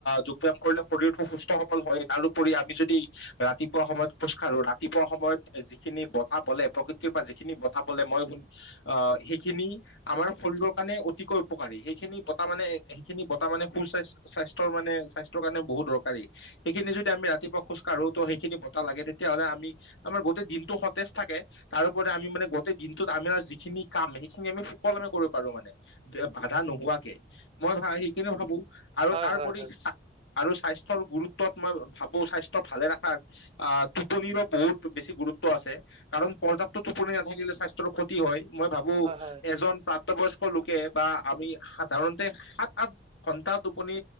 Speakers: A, on the left; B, on the right.
A: যোগ ব্যায়াম কৰিলে শৰীৰ সুস্থ সবল হয় তাৰপৰি আমি যদি ৰাতিপুৱা সময়ত খোজকাঢ়ো ৰাতিপুৱা সময়ত যিখিনি বতাহ বলে প্ৰকৃতিৰ পৰা যিখিনি কথা কলে মই শুনো আৰু সেইখিনি আমাৰ শৰীৰৰ কাৰণে অতিকৈ উপকাৰী সেইখিনি বতাহ মানে সেইখিনি বতাহ মানে সু স্বাস্থ স্বাস্থ্ৰ মানে স্বাস্থ্য়ৰ কাৰণে বহুত দৰকাৰী সেইখিনি যদি আমি ৰাতিপুৱা খোজ কঢ়ো তো সেইখিনি বতাহ লাগে তেতিয়াাহ'লে আমি আমাৰ গোটেই দিনটো সতেজ থাকে তাৰোপৰি আমি মানে গোতেই দিনটোত আমাৰ যিখিনি কাম সেইখিনি আমি সুকলমে কৰিব পাৰো মানে বাধা নোহোৱাকে মই সেইখিনি ভাবো আৰু
B: হয়
A: তাৰ
B: হয়
A: ওপৰি
B: হয়
A: আৰু স্বাস্থ্যৰ গুৰুত্ব মই ভাবো স্বাস্থ্য ভালে ৰখাৰ আহ টোপনিৰো বহুত বেছি গুৰুত্ব আছে কাৰণ পৰ্যাপ্ত
B: হয়
A: টোপনি নাথাকিলে স্বাস্থ্যৰ ক্ষতি হয় মই ভাবো
B: হয় হয়
A: এজন প্ৰাক প্ৰাপ্ত বয়স্ক লোকে বা আমি সাধাৰণতে সাত আঠ ঘন্টা টোপনি